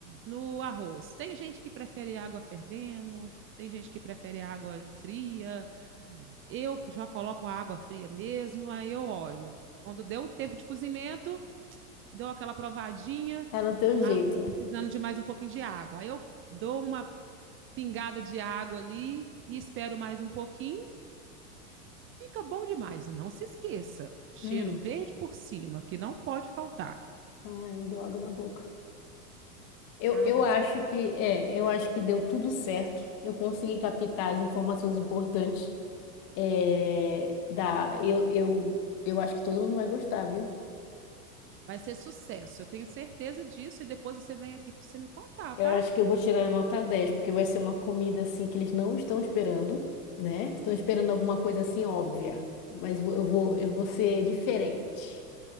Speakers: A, on the right; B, on the left.
A: no arroz. Tem gente que prefere água fervendo, tem gente que prefere água fria. Eu já coloco a água fria mesmo, aí eu olho. Quando deu o tempo de cozimento, dou aquela provadinha,
B: É no teu
A: ah,
B: jeito,
A: tá
B: né?
A: precisando de mais um pouquinho de água. Aí eu dou uma pingada de água ali e espero mais um pouquinho. Fica bom demais. E não se esqueça, cheiro
B: Hum.
A: verde por cima, que não pode faltar.
B: Ai, me deu água na boca. Eu,
A: Ai,
B: eu
A: vai
B: acho
A: ser,
B: que é, eu acho que deu tudo certo. Eu consegui captar as informações importantes. É, da, eu, eu, eu acho que todo mundo vai gostar, viu?
A: vai ser sucesso. Eu tenho certeza disso e depois você vem aqui para você me contar,
B: Eu
A: tá?
B: acho que eu vou tirar a nota 10 porque vai ser uma comida assim que eles não estão esperando, né? Estão esperando alguma coisa assim óbvia. Mas vo- eu vou, eu vou ser diferente.